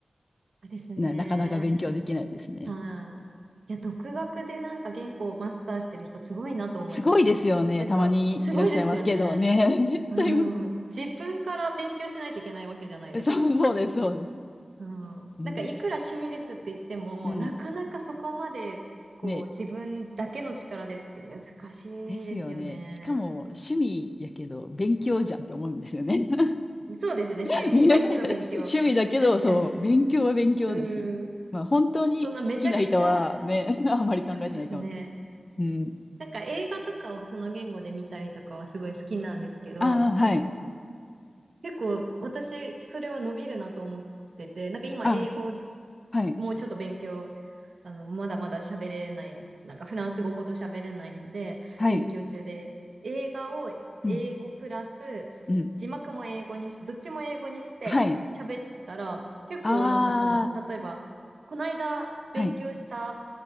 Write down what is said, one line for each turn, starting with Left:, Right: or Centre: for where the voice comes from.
Right: そうですね。
Left: な、なかなか勉強できないですね。
Right: はい。いや、独学でなんか言語をマスターしてる人すごいなと思います。
Left: すごいですよね。
Right: なんか、
Left: たまにいらっしゃいますけどね。
Right: すごいですよね。
Left: <laughs> 絶対無
Right: うん。自分から勉強しないといけないわけじゃないですか。
Left: 理、そう、そうです、そうです。
Right: うん、
Left: うん。
Right: なんかいくら趣味ですって言っても、
Left: うん。
Right: なかなかそこまでこう自分だけの力でって難しいですよね。
Left: ね。ですよね。しかも趣味やけど勉強じゃんって思うんですよね。<laughs>
Right: そうですよね。趣味だけど勉強。
Left: <laughs> 趣味だけど、
Right: 確かに。
Left: そう、勉強は勉強だし。
Right: うん。
Left: まあ、本当に好きな人はね、
Right: そんなめちゃくちゃ、
Left: <laughs> あんまり考えてないかもけど。
Right: そうですね。
Left: うん。
Right: なんか映画とかをその言語で見たりとかはすごい好きなんですけど、
Left: ああ、はい。
Right: 結構私それは伸びるなと思ってて、なんか今英語
Left: あ、はい。
Right: もうちょっと勉強、あの、まだまだ喋れない、なんかフランス語ほど喋れないんで、
Left: はい。
Right: 勉強中で、映画を英語プラス、
Left: うん。うん。
Right: 字幕も英語にして、どっちも英語にして喋ったら、
Left: はい。
Right: 結構なんかその、
Left: ああ、
Right: 例えば、この間勉強した、
Left: はい。